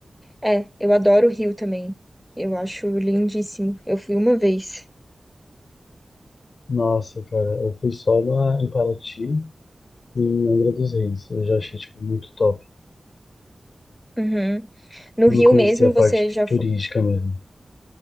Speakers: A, in the centre; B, on the left.
A: É, eu adoro o Rio também. Eu acho lindíssimo. Eu fui uma vez.
B: Nossa, cara, eu fui só na, em Paraty, em Angra dos Reis. Eu já achei, tipo, muito top.
A: Uhum. No
B: Eu
A: Rio
B: não conhecia
A: mesmo
B: a parte
A: você
B: tu-
A: já
B: turística
A: foi.
B: mesmo.